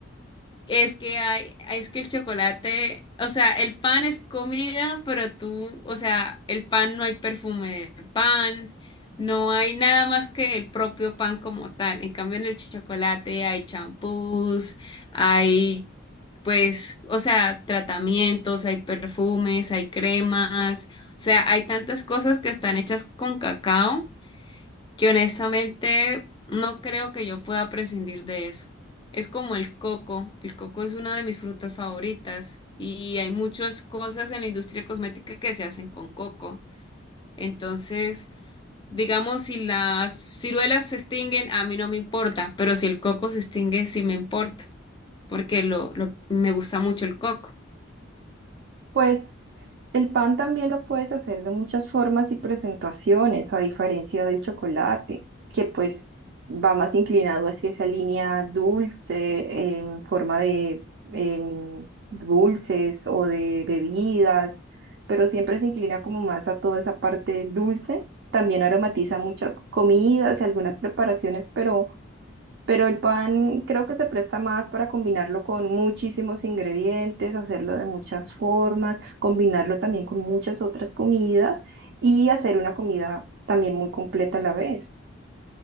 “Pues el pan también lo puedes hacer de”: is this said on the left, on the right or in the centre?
Right